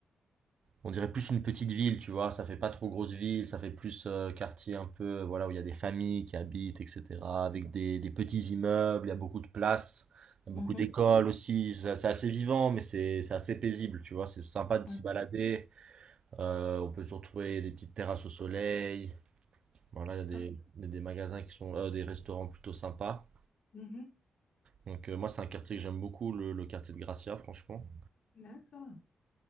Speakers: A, on the right; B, on the left.
A: on dirait plus une petite ville, tu vois. Ça fait pas trop grosse ville, ça fait plus euh, quartier un peu, euh, voilà, où il y a des familles qui habitent, etc. Avec des, des petits immeubles, il y a beaucoup de places, il y a
B: Mhm.
A: beaucoup d'écoles aussi. ça- C'est assez vivant, mais c'est c'est assez paisible, tu vois. C'est sympa de
B: Ok.
A: s'y balader. Euh, on peut se retrouver des petites terrasses au soleil. Voilà, il y a des,
B: D'accord.
A: il des magasins qui sont, euh, des restaurants plutôt sympas.
B: Mhm.
A: Donc euh, moi, c'est un quartier que j'aime beaucoup, le, le quartier de Gracia, franchement.
B: D'accord.